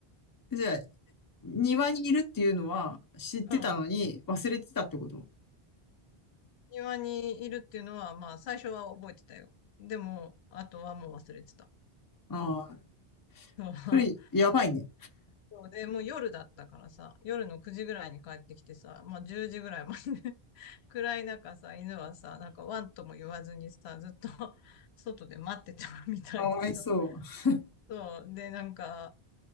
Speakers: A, on the left (about 25°); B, on the left (about 85°).
A: じゃあ、庭にいるっていうのは知ってたのに忘れてたってこと
B: うん。うん。庭にいるっていうのは、まあ、最初は覚えてたよ。でも、あとはもう忘れてた。
A: ああー、
B: <laughs>
A: それやばいね。
B: そうで、もう夜だったからさ、夜の9時ぐらいに帰ってきてさ、まあ10時ぐらいまで暗い中さ、犬はさ、なんかワンとも言わずにさ、ずっと <laughs> 外で待ってたみたいでさ。
A: かわいそう。
B: そう。で、なんか、わ